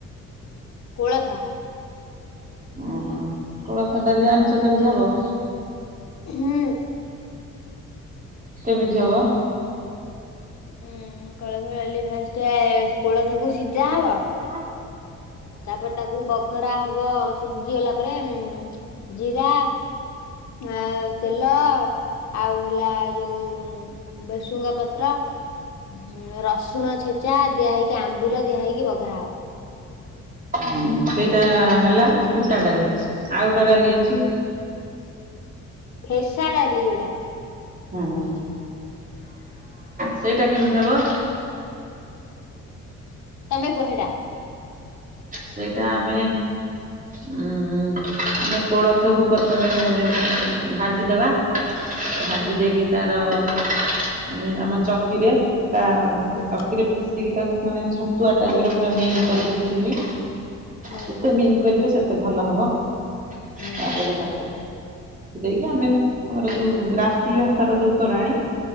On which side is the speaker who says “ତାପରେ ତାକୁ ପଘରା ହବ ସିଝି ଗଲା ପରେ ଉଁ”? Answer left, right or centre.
Left